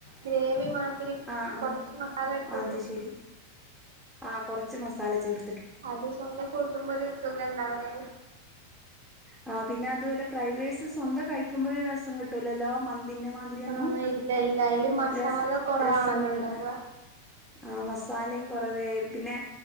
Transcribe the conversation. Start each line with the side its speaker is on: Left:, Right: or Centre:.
Right: ഗ്രേവി മാ തിരി
Centre: ആ ആ
Right: കൊറച്ച് മസാല ഇട്ടിട്ട്
Centre: അത് ശരി ആ കൊറച്ച് മസാല ചേർ
Right: അത് സ്വന്തം കൂട്ടുമ്പോ ഒരു സുഖം ഇണ്ടാവൂല്ലേ
Centre: ആ പിന്നെ അതുമല്ല ഫ്രൈഡ് റൈസ് സ്വന്തം കഴിക്കുമ്പഴൊരുരസം കിട്ടൂല്ലല്ലോ മൻ ന്തിന്റെ മാതിരിയൊന്നും
Right: ആഹ് ഇല്ല ഇല്ല അയില് മസാല
Centre: രസ
Right: കൊറവാണല്ലോ
Centre: രസം കിട്ടുല്ല
Right: ഇണ്ടാവ
Centre: ആ മസാലയും കുറവ് പിന്നെ